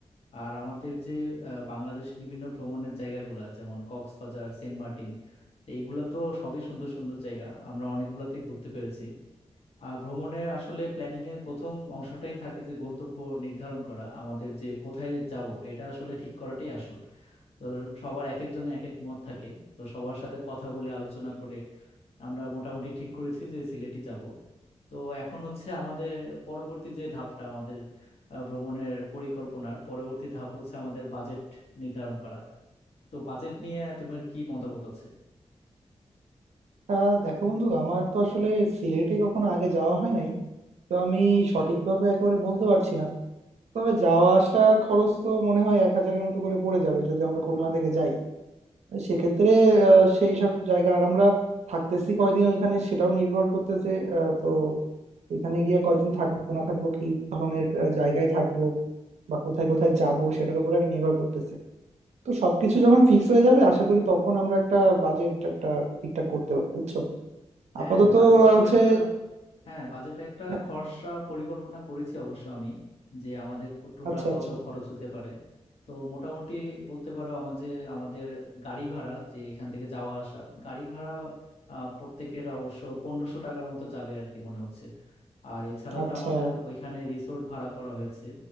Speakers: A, on the left; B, on the right.
A: আর আমাদের যে আহ, বাংলাদেশে বিভিন্ন ভ্রমণের জায়গাগুলা যেমন কক্সবাজার সেন্ট মার্টিন তো এগুলা তো সবই সুন্দর সুন্দর জায়গা আমরা অনেকগুলাতেই ঘুরতে পেরেছি আহ ভ্রমণের আসলে প্ল্যানিং এর প্রথম অংশটাই থাকে যে গন্তব্য নির্ধারণ করা আমাদের যে কোথায় যাব এটা আসলে ঠিক করাটাই আসল তো সবার এক একজনের এক এক মত থাকে তো সবার সাথে কথা বলে আলোচনা করে আমরা মোটামুটি ঠিক করেছি যে সিলেটই যাব তো এখন হচ্ছে আমাদের পরবর্তী যে ধাপটা আমাদের আহ, ভ্রমণের পরিকল্পনার পরবর্তী ধাপ হচ্ছে আমাদের বাজেট নির্ধারণ করা তো বাজেট নিয়ে তোমার কি মতামত আছে
B: আহ দেখো বন্ধু আমার তো আসলে সিলেটে কখনো আগে যাওয়া হয় নাই তো আমি সঠিকভাবে একেবারে বলতে পারছি না তবে যাওয়া আসার খরচ তো মনে হয় এক হাজারের মতো করে পড়ে যাবে যদি আমরা খুলনা থেকে যাই সেক্ষেত্রে আহ, সেই সব জায়গা আর আমরা থাকতেছি কয়দিন ওইখানে সেটাও নির্ভর করতেছে আহ, তো ওইখানে গিয়ে কয়দিন থাকবো না থাকবো কি ধরনের আহ, জায়গায় থাকবো বা কোথায় কোথায় যাব সেটার উপর একটা নির্ভর করতেছে তো সবকিছু যখন ফিক্স হয়ে যাবে আশা করি তখন আমরা একটা বাজেট একটা ঠিকঠাক করতে পারবো বুঝছো
A: হ্যাঁ
B: আপাতত
A: বাজেট
B: আহ,
A: তো
B: হচ্ছে
A: একটা হ্যাঁ বাজেট একটা
B: হ্যাঁ,
A: খরচা পরিকল্পনা করেছি অবশ্য আমি যে আমাদের টোটাল
B: আচ্ছা
A: কত
B: আচ্ছা
A: খরচ হতে পারে তো মোটামুটি বলতে পারো আমাদের আমাদের গাড়ি ভাড়া যে এখান থেকে যাওয়া আসা গাড়ি ভাড়া আহ, প্রত্যেকের অবশ্য পনেরোশো টাকার মতো যাবে আর কি মনে হচ্ছে আর এছাড়া
B: আচ্ছা
A: তো আমাদের ওইখানে রিসোর্ট ভাড়া করা হয়েছে